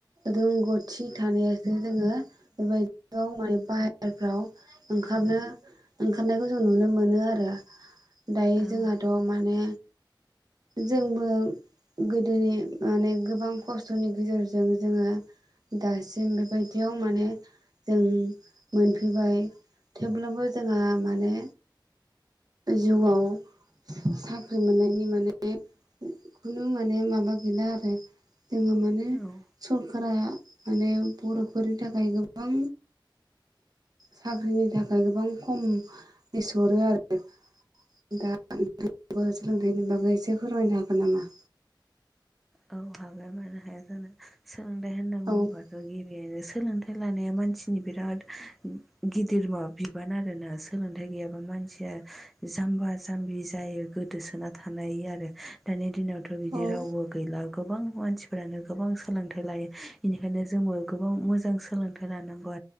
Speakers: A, on the right; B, in the centre.
A: रोंगौथि थानायासो जोङो बेबाय दियाव माने बाहेरफ्राव ओंखारनो ओंखारनायखौ जों नुनो मोनो आरो दायो
B: औ
A: जोंहाथ'
B: औ
A: माने जोंबो गोदोनि माने गोबां खस्थ'नि गेजेरजों जोङो दासिम बेबायदियाव माने जों मोनफैबाय। थेवब्लाबो जोंहा माने जिउआव साख्रि मोननायनि माने खुनु माने माबा गैला आरो जोङो माने
B: औ
A: स फोरा माने बर'फोरनि थाखाय गोबां साख्रिनि थाखाय गोबां खम लिस हरो आरो दा <inaudible> सोलोंथाइनि बागै एसे फोरमायनो हागोन नामा
B: औ हागोन मानो हाया जानो सोलोंथाय होनना बुङोबाथ'
A: औ
B: गिबियावनो सोलोंथाइ लानाया मानसिनि बिराद गिदिर माबा बिबान आरोना सोलोंथाइ गैयाबा मानसि जामबा जाम्बि जायो गोदोसोना थानाय आरो दानि दिनावथ' बिदि
A: औ
B: रावबो दा गोबां मानसिफ्रानो गोबां सोलोंथाइ लायो बेनिखायनो जोंबो गोबां मोजां सोलोंथाइ लानांगौ।